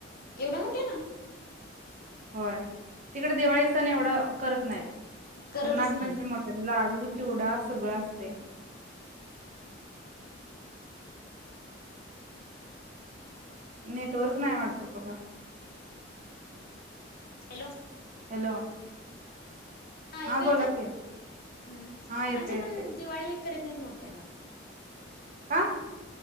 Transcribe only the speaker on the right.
होय तिकड दिवाळी सण एवढा करत नाहीत
खर नागपंचमी
मोठ्यानं लाडू चिवडा सगळं असते नेटवर्क नाय वाटत बघा
हॅलो.
हां बोला
की.
हां येतंय
येतंय.
का?